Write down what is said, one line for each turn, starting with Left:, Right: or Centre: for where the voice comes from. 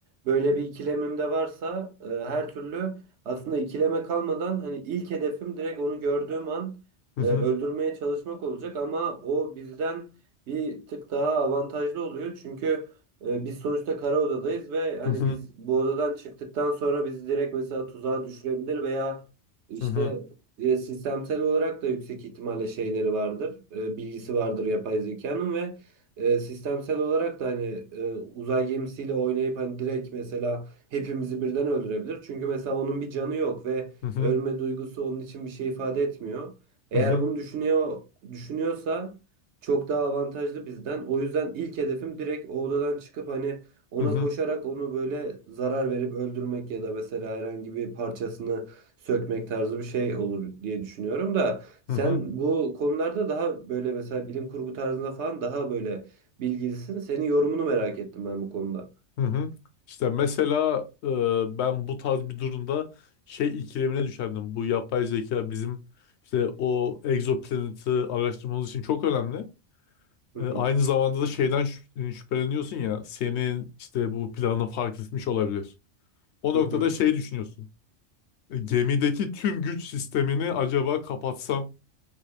Right: böyle bir ikilemim de varsa e, her türlü aslında ikileme kalmadan hani ilk hedefim direkt onu gördüğüm an
Left: Hı
Right: e,
Left: hı.
Right: öldürmeye çalışmak olacak ama o bizden bir tık daha avantajlı oluyor. Çünkü e, biz sonuçta kara odadayız ve hani
Left: Hı hı.
Right: biz bu odadan çıktıktan sonra bizi direkt mesela tuzağa düşürebilir veya işte
Left: Hı hı.
Right: e, sistemsel olarak da yüksek ihtimalle şeyleri vardır. e, bilgisi vardır yapay zekanın ve e, sistemsel olarak da hani e, uzay gemisiyle oynayıp hani direkt mesela hepimizi birden öldürebilir. Çünkü mesela onun bir canı yok ve
Left: Hı hı.
Right: ölme duygusu onun için bir şey ifade etmiyor. Eğer
Left: Hı hı.
Right: bunu düşünüyor düşünüyorsa çok daha avantajlı bizden. O yüzden ilk hedefim direkt o odadan çıkıp hani ona
Left: Hı hı.
Right: koşarak onu böyle zarar verip öldürmek ya da mesela herhangi bir parçasını sökmek tarzı bir şey olur diye düşünüyorum da sen
Left: Hı hı.
Right: bu konularda daha böyle mesela bilim kurgu tarzında falan daha böyle bilgilisin. Senin yorumunu merak ettim ben bu konuda.
Left: Hı hı. İşte mesela e, ben bu tarz bir durumda şey ikilemine düşerdim. Bu yapay zeka bizim işte o egzoplaneti araştırmamız için çok önemli.
Right: Hı
Left: E,
Right: hı.
Left: aynı zamanda da şeyden şü- e, şüpheleniyorsun ya senin işte bu planı fark etmiş olabilir. O
Right: Hı
Left: noktada
Right: hı.
Left: şey düşünüyorsun. E, gemideki tüm güç sistemini acaba kapatsam